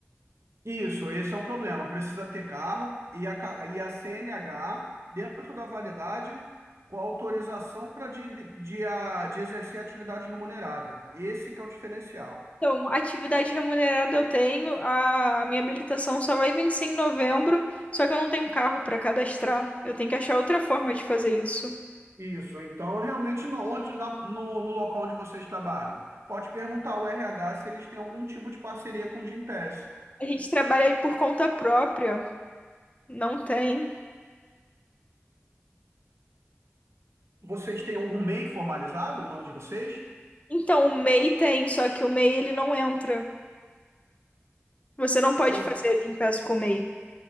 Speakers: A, on the right; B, on the left.
A: Isso, esse é o problema. Precisa ter carro e a, ca- e a CNH dentro da validade com autorização para de, de, a- de exercer atividade remunerada. Esse que é o diferencial.
B: Então, atividade remunerada eu tenho, a minha habilitação só vai vencer em novembro, só que eu não tenho carro para cadastrar. Eu tenho que achar outra forma de fazer isso.
A: Isso, então realmente no, onde, na- no, no local onde vocês trabalham, pode perguntar ao RH se eles têm algum tipo de parceria com o Gympass.
B: A gente trabalha por conta própria, não tem.
A: Vocês têm algum MEI formalizado em nome de vocês?
B: Então, o MEI tem, só que o MEI ele não entra. Você não pode
A: Pô,
B: fazer de impasse com o MEI.